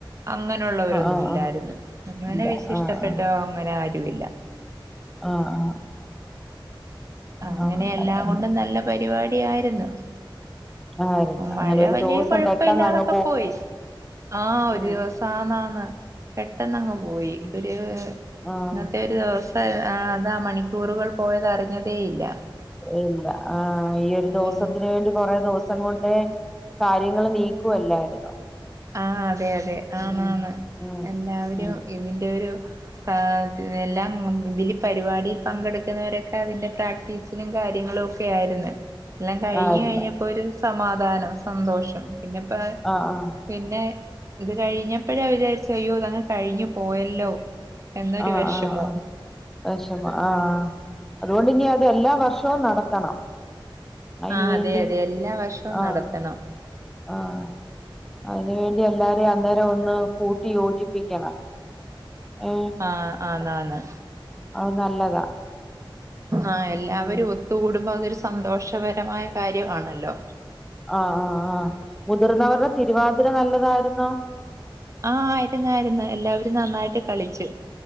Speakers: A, on the right; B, in the centre.
A: അങ്ങനെയുള്ളവരൊന്നും
B: ആഹ്
A: ഇല്ലായിരുന്നു.
B: ആഹ്
A: അങ്ങനെ
B: ഇല്ല
A: വിശിഷ്ടപ്പെട്ടോ
B: ആഹ് ആഹ്
A: വരാരുരുമില്ല
B: ആ ആ
A: അങ്ങനെ
B: ആഹ്
A: എല്ലാം
B: ആഹ്
A: കൊണ്ടും നല്ല പരിപാടി ആയിരുന്നു.
B: ആയിരുന്നു
A: മഴ
B: അങ്ങനെ ഒരു
A: വലിയ
B: ദിവസം
A: കുഴപ്പമല്ലാതൊക്കെ
B: പെട്ടെന്നങ്ങ്
A: പോയി ആഹ്
B: ഉം
A: ഒരു ദിവസം
B: ഉം.
A: സാന്ന് ആന്ന് പെട്ടെന്ന്ങ്ങ് പോയി
B: ഉം.
A: ഒരു
B: ആഹ്
A: ഇന്നത്തെ ഒരു ദിവസം ആ അതാ മണിക്കൂറുകൾ പോയത് അറിഞ്ഞതേ ഇല്ല.
B: ഇല്ല ആ ഈ ഒരു ദിവസത്തിന്
A: ഉം
B: വേണ്ടി കൊറേ ദിവസം കൊണ്ട് കാര്യങ്ങൾ നീക്കുവല്ലായിരുന്നോ
A: ആ അതെ അതെ ആണാണ്
B: ഉം ഉം
A: എല്ലാവരും
B: ഉം
A: ഇതിന്റെ ഒരു ആ എല്ലാം ഇതില് പരിപാടിയിൽ പങ്കെടുക്കുന്നവരൊക്കെ അതിന്റെ പ്രാക്ടീസ് ലി കാര്യങ്ങളും ഒക്കെ ആയിരുന്നു. എല്ലാം കഴിഞ്ഞ്
B: ആയിരുന്നു
A: കഴിഞ്ഞപ്പോൾ ഒരു സമാധാനം സന്തോഷം. പിന്നെപ്പോ
B: ആ ആ
A: പിന്നെ ഇത് കഴിഞ്ഞപ്പോഴാ വിചാരിച്ച അയ്യോതങ്ങ് കഴിഞ്ഞു പോയല്ലോ. എന്നൊരു
B: ആഹ്
A: വിഷമവും
B: ആഹ് ആഹ <unintelligible> ആ് ആ് അതുകൊണ്ട് അതെ എല്ലാ വർഷവും നടത്തണം. അയിന്
A: ആ
B: വേണ്ടി
A: അതെ അതെ എല്ലാ വർഷവും
B: ആഹ്
A: നടത്തണം.
B: ആഹ് അതിന് വേണ്ടി എല്ലാരും അന്നേരം ഒന്ന് കൂട്ടി യോജിപ്പിക്കണം. ഓ
A: ആഹ് ആ ന്ന് ആന്ന്
B: ആ അത് നല്ലതാ
A: ആഹ് എല്ലാവരും
B: ഉം
A: ഒത്തുകൂടുമ്പോ അതൊരു സന്തോഷപരമായ കാര്യമാണല്ലോ
B: ആ ആഹ് ആഹ് മുതിർന്നവരുടെ തിരുവാതിര നല്ലതായിരുന്നോ
A: ആഹ് ആയിരുന്നായിരുന്നു എല്ലാവരും നന്നായിട്ട് കളിച്ചു